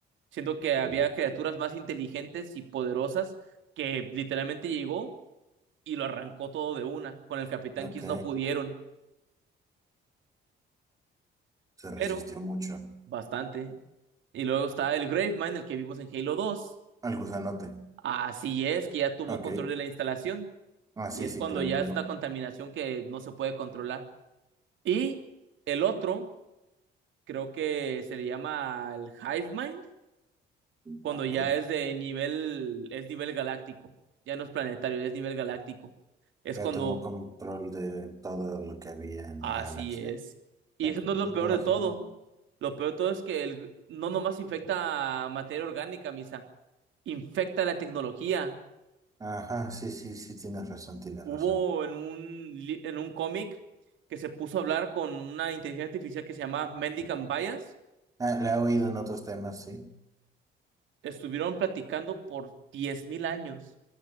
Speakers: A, on the right (about 70°); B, on the right (about 15°).
A: siendo que había
B: Sí.
A: criaturas más inteligentes y poderosas que literalmente llegó y lo arrancó todo de una. Con el Capitán
B: Ok,
A: Kiss no pudieron.
B: se
A: Pero
B: resistió mucho
A: Bastante. Y luego está el Gravemind, el que vimos en Halo dos
B: al gusanote.
A: Así es, que ya tomó
B: Ok,
A: control de la instalación.
B: ah, sí,
A: Y es
B: sí,
A: cuando
B: claro,
A: ya
B: claro.
A: es una contaminación que no se puede controlar. Y el otro, creo que se le llama el Hivemind, cuando
B: Ok,
A: ya es de nivel, es nivel galáctico. Ya no es planetario, ya es nivel galáctico. Es
B: ya
A: cuando,
B: tomó control de todo lo que había en
A: así
B: la galaxia,
A: es. Y
B: Ya
A: eso
B: que-
A: no es lo
B: me
A: peor
B: imagino.
A: de todo. Lo peor de todo es que el, no nomás infecta materia orgánica, Misa infecta la tecnología.
B: Ajá, sí, sí, sí, tienes razón, tienes
A: hubo
B: razón.
A: en un, li- en un cómic que se puso a hablar con una inteligencia artificial que se llamaba Mendicant Bias.
B: Ah, la he oído en otros temas, sí.
A: Estuvieron platicando por 10.000 años.